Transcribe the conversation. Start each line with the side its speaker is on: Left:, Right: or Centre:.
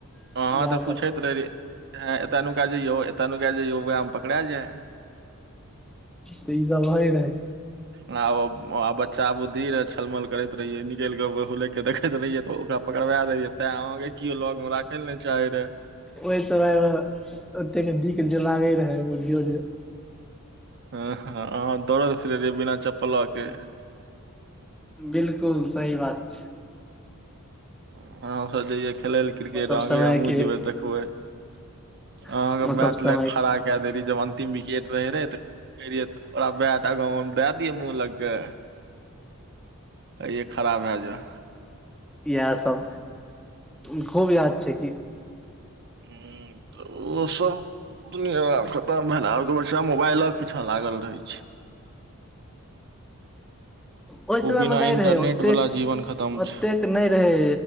Centre: इएह
Right: अहाँ तऽ पूछैत
Centre: सब
Right: रहहि ह एतय नुका जइयो एतौ नुका जैयौ उहै मे पकरा जाइ
Centre: तऽ ई सब होइ रहै
Right: बच्चा बुद्धि रहै छलमल करैत रहिये निकलि हुले के देखैत रहियै त ओकरा पकड़ा दयै तें आह केओ लग मे राख राखेले नाहि चाहे रहेै
Centre: ओहि समयमे ओतेक नीक जे लागै रहै बुझियौ जे
Right: हँ ह अहाँ दौड़ैत फिरे रहि बिना चप्पल लऽ के
Centre: बिल्कुल सही बात छै
Right: हाम सब जइयए खेल लए क्रिकेट
Centre: ओ सब
Right: अह
Centre: समयके
Right: हमहु जेबे देखबे अहां
Centre: ओ
Right: के बैट
Centre: सब समय
Right: ले खड़ा के दे रहि जब अंतिम विकेट रहे रहे त कह रहियैरा बैट आगाँ मे दए दिय मुह लग के अय खरा भए जै
Centre: इएह सब खूब याद छै कि
Right: हूँ ओ सब दुनिया खतम भेल आब के बच्चा मोबाइल के पीछा लागल रहे छै
Centre: ओहि
Right: ओ
Centre: समय
Right: बिना
Centre: मे नहि
Right: इंटरनेट
Centre: रहै ओतेक
Right: वाला जीवन खतम
Centre: ओतेक
Right: छै
Centre: नहि रहे